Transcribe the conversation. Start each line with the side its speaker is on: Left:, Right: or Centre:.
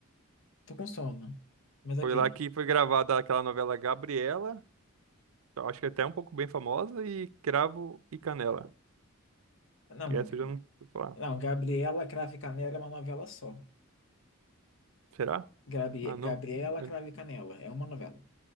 Left: Tô com sono, mas ok.
Right: Foi lá que foi gravada aquela novela Gabriela, eu acho que é até um pouco bem famosa, e Cravo e Canela.
Left: Não,
Right: E essa eu já não vou falar.
Left: não, Gabriela Cravo e Canela é uma novela só.
Right: Será?
Left: Gabri
Right: Ah, não.
Left: Gabriela
Right: Eu-
Left: Cravo e Canela é uma novela.